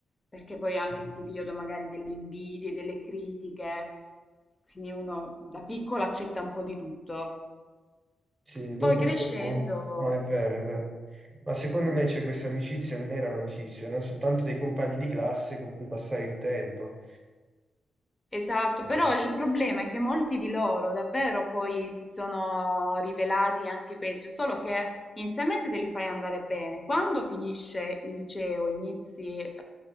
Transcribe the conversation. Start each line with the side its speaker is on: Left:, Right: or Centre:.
Left: Perché poi
Right: sì,
Left: anche il periodo magari delle invidie, delle critiche, quindi uno da piccolo accetta un po' di tutto.
Right: sì, dopo
Left: Poi crescendo.
Right: un po'... No, è vero, è vero. Ma secondo me c'è queste amicizie, non erano amicizie, erano soltanto dei compagni di classe con cui passare il tempo.
Left: Esatto, però
Right: Eh,
Left: il problema è che molti di loro davvero poi si sono rivelati anche peggio, solo che inizialmente te li fai andare bene. Quando finisce il liceo, inizi eh,